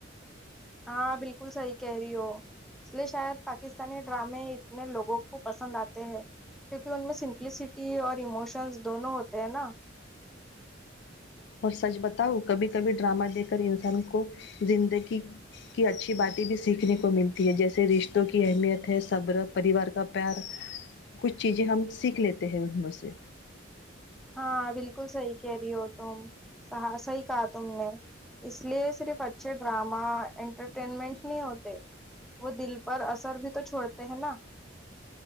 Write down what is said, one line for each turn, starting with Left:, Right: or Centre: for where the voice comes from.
Centre: ہاں بالکل صحیح کہہ رہی ہو اس لیے شاید پاکستانی ڈرامے اتنے لوگوں کو پسند آتے ہیں کیونکہ ان میں سمپلسٹی اور ایموشنز دونوں ہوتے ہیں نا
Left: اور سچ بتاؤ کبھی کبھی ڈرامہ دیکھ کر انسان کو زندگی کی اچھی باتیں بھی سیکھنے کو ملتی ہے جیسے رشتوں کی اہمیت ہے صبر پریوار کا پیار کچھ چیزیں ہم سیکھ لیتے ہیں ان میں سے
Centre: ہاں بالکل سحی کہہ رہی ہو تو سحا صی کہا تم نے اس لیے صرف اچھے ڈرامہ انٹرٹینمنٹ نہیں ہوتے وہ دل پر اثر بھی تو چھوڑتے ہیں نا